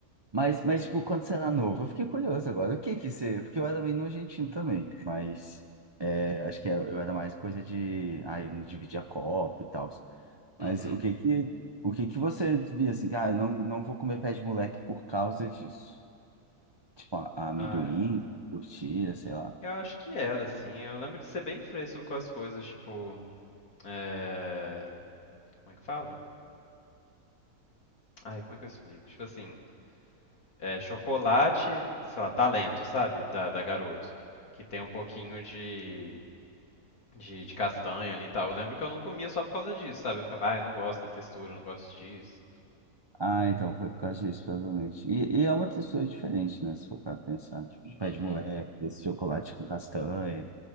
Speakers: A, on the right; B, on the left.
A: Mas, mas, tipo, quando você era novo, eu fiquei curioso agora. O que que você. Porque eu era bem nojentinho também, mas é, acho que é, eu era mais coisa de. Ah, eu não dividia copo e tal. Mas
B: Uhum.
A: o que que, o que que você via assim, cara, ah, não, não vou comer pé de moleque por causa disso. Tipo, a- a amendoim,
B: Ah, é.
A: curtira, sei lá.
B: eu acho que era assim. Eu lembro de ser bem fresco com as coisas, tipo, é... como é que fala? Ai, como é que eu explico? Tipo assim, É chocolate, sei lá, talento, sabe? Da, da Garoto. Que tem um pouquinho de, de, de castanha ali e tal. Eu lembro que eu não comia só por causa disso, sabe? Eu ficava, ai, não gosto da textura, não gosto disso.
A: Ah, então foi por causa disso, provavelmente. E, e é uma textura diferente, né? Se for pra pensar, tipo, de pé
B: Uhum,
A: de moleque, desse chocolate com castanha.